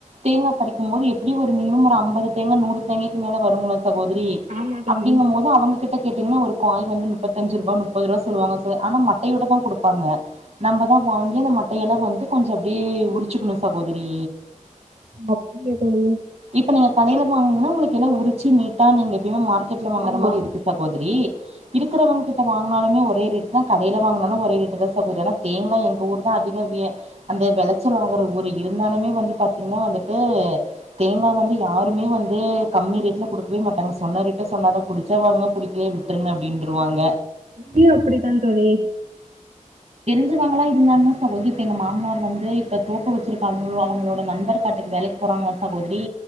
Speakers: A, on the right; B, on the right.
A: தேங்கா பறிக்கும்போது எப்டியும் ஒரு மினிமம் ஒரு ஐம்பது தேங்கா நூறு தேங்காய்க்கு மேல வருங்களா சகோதரி
B: ஆமா தோழி
A: அப்டிங்கும் போது அவங்க கிட்ட கேட்டீங்கன்னா ஒரு காய் வந்து முப்பத்தஞ்சு ரூபா, முப்பது ரூபா சொல்வாங்க தோ ஆனா மட்டையோட தான் குடுப்பாங்க நம்பதான் வாங்கி ந்த ம அதயல்லா வந்து கொஞ்ச அப்டியே உரிச்சுக்கணு சகோதரி
B: <unintelligible>
A: இப்ப நீங்க கடையில வாங்னிங்கனா உங்களுக்கு எல்லா உரிச்சி நீட்டா நீங்க எப்பயுமே மா ர்க்கெட்ல வாங்குற
B: ஆமா
A: மாரி இருக்கு சகோதரி இருக்கறவங்க கிட்ட வாங்கினாலுமே ஒரே ரேட்தா கடையில வாங்னாலு ஒரே ரேட்டுதா சகோதிரி ஆனா தேங்காய் எங்க ஊர்தா அதிக விய அந்த வெளச்சல் ஆகிற ஊரு இருந்தாலுமே வந்து பாத்திங்னா வந்துட்டு தேங்கா வந்து யாருமே வந்து கம்மி ரேட்ல குடுக்கவே மாட்டாங்க சொன்ன ரேட்ட சொன்னதா புடிச்சா வாங்குங்க புடிக்கலயா விட்ருங்க அப்டின்ருவாங்க
B: இங்கயு அப்டித்தான் தோழி
A: க்கறவங்களா இருந்தாலுமே சகோதரி இப்ப எங்க மாமனார் வந்து இப்ப தோப்பு வெச்சிருக்காங்களோ அவங்களோட நண்பர் காட்டுக்கு வேலைக்கு போறாங்களா சகோதரி